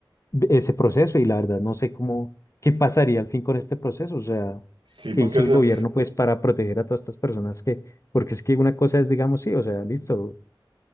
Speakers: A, on the left (about 40°); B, on the right (about 85°).
A: ese proceso y la verdad no sé cómo, qué pasaría al fin con este proceso, o sea,
B: sí,
A: qué
B: porque
A: hizo
B: eso,
A: el gobierno pues para proteger a todas estas personas que, porque es que una cosa es, digamos, sí, o sea, listo,